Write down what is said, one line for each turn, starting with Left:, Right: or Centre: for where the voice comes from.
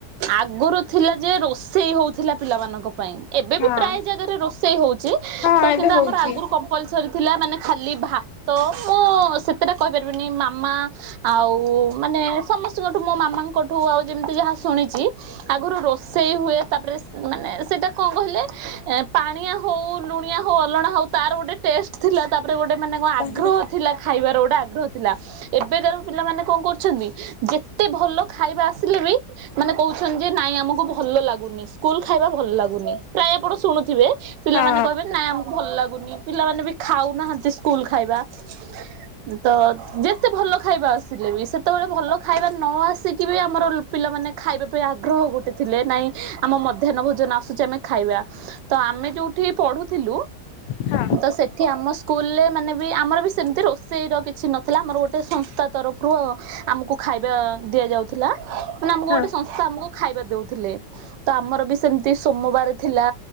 Right: ଆଗରୁ ଥିଲା ଯେ ରୋଷେଇ ହଉଥିଲା ପିଲାମାନଙ୍କ ପାଇଁ। ଏବେ
Left: ହଁ।
Right: ବି ପ୍ରାୟ ଜାଗାରେ ରୋଷେଇ ହଉଚି
Left: ହଁ
Right: ତ
Left: ଏବେ
Right: କିନ୍ତୁ
Left: ହଉଛି
Right: ଆମର ଆଗୁରୁ କ <unintelligible> ଥିଲା ମାନେ ଖାଲି ଭାତ ମୁଁ ସେତେଟା କହିପାରିବିନି ମାମା ଆଉ ମାନେ ସମସ୍ତଙ୍କ ଠୁ ମୋ ମାମାଙ୍କଠୁ ଆଉ ଯେମିତି ଯାହା ଶୁଣିଚି ଆଗୁରୁ ରୋଷେଇ ହୁଏ ତାପରେ ମାନେ ସେଇଟା କଣ କହିଲେ ପାଣିଆ ହଉ ଲୁଣିଆ ହଉ ଅଲଣା ହଉ ତାର ଗୋଟେ ଟେଷ୍ଟ୍। ଥିଲା ତାପରେ ଗୋଟେ ମାନେ କଣ
Left: ତାହେଲେ
Right: ଆଗ୍ରହ ଥିଲା ଖାଇବାର ଗୋଟେ ଆଗ୍ରହ ଥିଲା ଏବେ କାର ପିଲାମାନେ କଣ କରୁଚନ୍ତି ଯେତେ ଭଲ ଖାଇବା ଆସିଲେ ବି ମାନେ କହୁଛନ୍ତି ଯେ ନାଇଁ ଆମକୁ ଭଲ ଲାଗୁନି। ସ୍କୁଲ ଖାଇବା ଭଲ୍ ଲାଗୁନି ପ୍ରାୟ ଆପଣ ଶୁଣୁଥିବେ। ପିଲାମାନେ
Left: ହଁ
Right: କହିବେ ନାଇଁ ଆମକୁ ଭଲ ଲାଗୁନି ପିଲାମାନେ ବି ଖାଉନାହାନ୍ତି ସ୍କୁଲ ଖାଇବା। ତ ଯେତେ ଭଲ ଖାଇବା ଆସିଲେ ବି ସେତେବେଳେ ଭଲ ଖାଇବା ନ ଆସିକି ବି ଆମର ପିଲାମାନେ ଖାଇବା ପାଇଁ ଆଗ୍ରହ ଗୋଟେ ଥିଲେ ନାଇଁ ଆମ ମଧ୍ୟାହ୍ନ ଭୋଜନ ଆସୁଚି ଆମେ ଖାଇବା, ତ ଆମେ ଯଉଠି ପଢୁଥିଲୁ
Left: ହଁ
Right: ତ ସେଠି ଆମ ସ୍କୁଲରେ ମାନେ ବି ଆମର ବି ସେମିତି ରୋଷେଇ ର କିଛି ନଥିଲା ଆମର ଗୋଟେ ସଂସ୍ଥା ତରଫରୁ ଆମକୁ ଖାଇବା ଦିଆ ଯାଉଥିଲା ମାନେ ଆମକୁ
Left: ହଁ।
Right: ଗୋଟେ ସଂ ତ ଆମକୁ ଖାଇବା ଦଉଥିଲେ। ତ ଆମର ବି ସେମିତି ସୋମବାର ଥିଲା